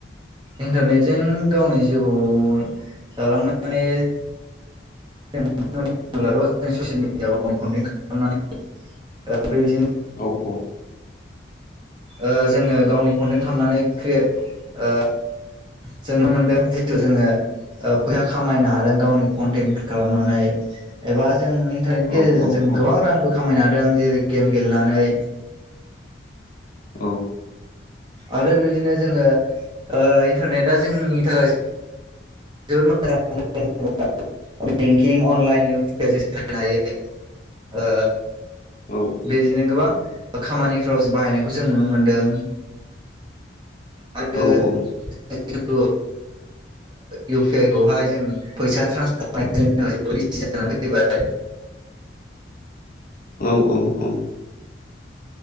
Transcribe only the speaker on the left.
औ औ
औ
औ
औ
औ
औ
औ औ
उम उम उम